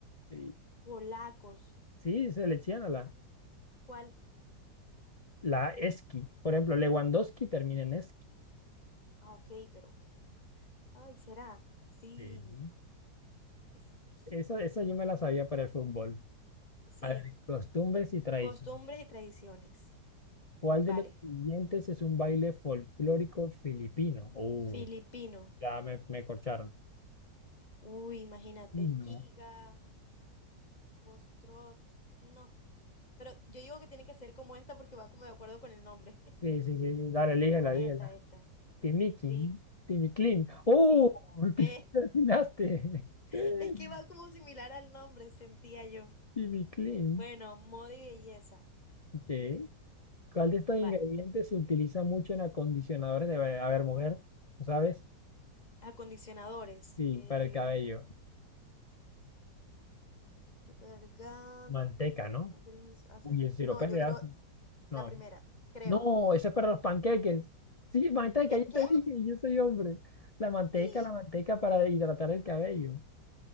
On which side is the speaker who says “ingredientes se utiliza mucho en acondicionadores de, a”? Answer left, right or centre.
Left